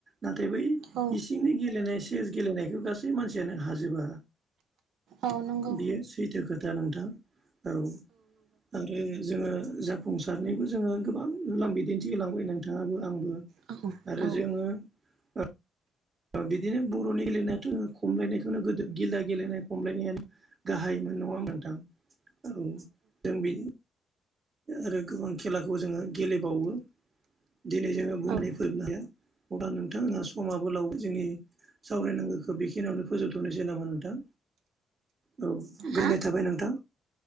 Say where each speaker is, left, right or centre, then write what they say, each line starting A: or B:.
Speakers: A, on the right; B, on the right.
A: नाथाय बै
B: औ
A: इसिं गेलेनाय सेस गेलेनायखौ गासै मानसियानो हाजोबा
B: औ नंगौ
A: बेयो सैथो खोथा नोंथां औ आरो जोङो जाफुंसारनिबो जोङो गोबां होलां बिदिन्थि होलांबाय नोंथाङाबो आंबो
B: औ औ
A: आरो
B: औ
A: जोङो <unintelligible> बिदिनो बर'नि गेलेनायाथ' खमलायनायखौनो गोदो गिला गेलेनाय खमलायनायानो गाहायमोन नङा नोंथां औ जों बि आरो गोबां खेलाखौ जोङो गेलेबावो दिनै जोङो
B: औ
A: बुंनानै
B: औ
A: फोरमायनो हाया अब्ला नोंथांमोना समाबो लावदो जोंनि सावरायनांगौखो बेखिनियावनो फोजोबथ'नोसै नामा नोंथां? औ
B: हा
A: गोजोननाय थाबाय नोंथां।